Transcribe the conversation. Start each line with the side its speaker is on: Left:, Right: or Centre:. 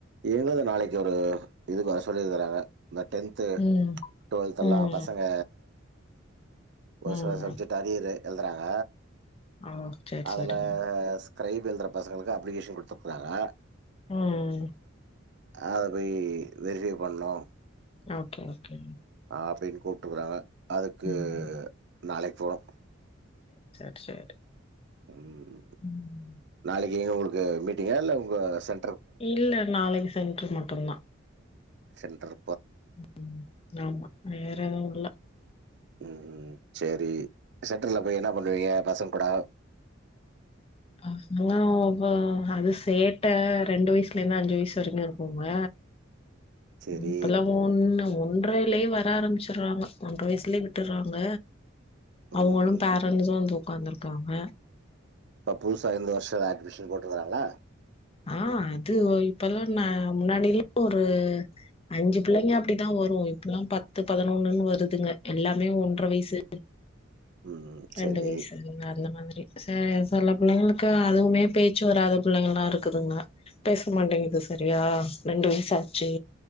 Right: எங்கள நாளைக்கு ஒரு இது வர சொல்லி இருக்கறாங்க இந்த டென்த்து
Left: ம்
Right: டுவெல்த் தெல்லா
Left: ம்
Right: பசங்க ஒரு
Left: ம்
Right: சில சப்ஜட்டு அரியறு எழுதுறாங்க
Left: ஓ சேரி
Right: அதுலா
Left: சேரி
Right: கிரைபெல்துர பசங்களுக்கு அப்ளிகேஷன் கொடுத்திருக்குறாங்க
Left: உஹம்
Right: அத போய் வெரிஃபை பண்ணோ
Left: ஓகே ஓகே
Right: ஆ அப்டின்னு கூப்டுக்கறாங்க அதுக்கு
Left: ம்
Right: நாளைக்கு போனு
Left: சேரி உம்
Right: ம் நாளைக்கு எங்க உங்களுக்கு மீட்டிங்க இல்ல உங்க சென்
Left: இல்ல நாளைக்கு சென்டர் மட்டும்தா
Right: சென்டர்
Left: உம் ஆமா வேற இல்ல
Right: உம் சேரி சென்ட்ர்ல போய் என்ன பண்ணுவீங்க பசங்கூட
Left: ஆக்சுவலா அவ சேட்ட ரெண்டு வயசுல இருந்து அஞ்சு வயசு வரைக்கு இருக்குங்க
Right: சேரி
Left: இப்பல்லா ஒன்னு ஒன்னு ஒன்றரையிலயே வர ஆரம்பிச்சடுறாங்க ஒன்ற வயசுலயே விட்டுறாங்க
Right: ம்
Left: அவுங்களு பேரன்சும் வந்து உக்காந்துருக்காங்க
Right: இப்ப புதுசா இந்த வருஷோ அட்மிஷன் போட்டிக்கறாங்களா
Left: ஆஹ்ன் அது ஒ இப்பெல்லா நா முன்னாடிலா ஒரு அஞ்சு பிள்ளைங்க அப்டி தா வரு இப்பல்லா பத்து பதினொன்னுன்னு வருதுங்க எல்லாமே ஒன்ற வயசு
Right: ம்
Left: ரெண்டு
Right: சேரி
Left: வயசு <unintelligible> அதுல மாதிரி ச செல பிள்ளைங்களுக்கு அதுவுமே பேச்சு வராத பிள்ளைங்கல்லா இருக்குதுங்க பேச மாட்டேங்குது சரியா ரெண்டு வயசு ஆச்சு